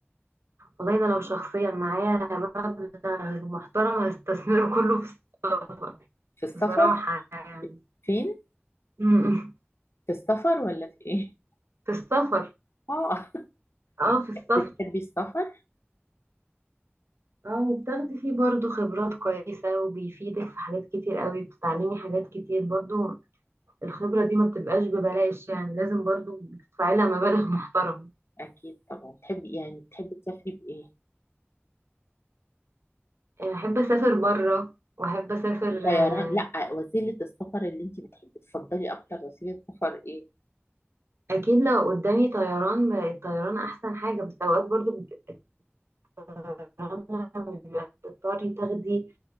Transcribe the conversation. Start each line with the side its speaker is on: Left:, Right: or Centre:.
Right: والله أنا لو شخصيا معايا مبلغ محترم هستثمره كله في السفر
Left: في السفر
Right: بصراحة يعني
Left: فين
Right: أمم، أمم.
Left: في السفر ولا في ايه
Right: في السفر
Left: <laughs> اه
Right: اه في السفر
Left: بتحبي السفر
Right: اه وبتاخدي فيه برضو خبرات كويسة وبيفيدك في حاجات كتير قوي بتتعلمي حاجات كتير برضو الخبرة دي ما بتبقاش ببلاش يعني لازم برضو بتدفعي لها مبالغ <laughs> محترمة
Left: اكيد طبعا تحبي يعني تحبي تسافري بايه
Right: آه، احب اسافر بره واحب اسافر
Left: طيران
Right: آه،
Left: لا وسيله السفر اللي انت بتحبي تفضلي اكتر وسيله سفر ايه
Right: اكيد لو قدامي طيران ما- الطيران احسن حاجه بس اوقات برضو بيبقى الطيران لما بتضطري تاخدي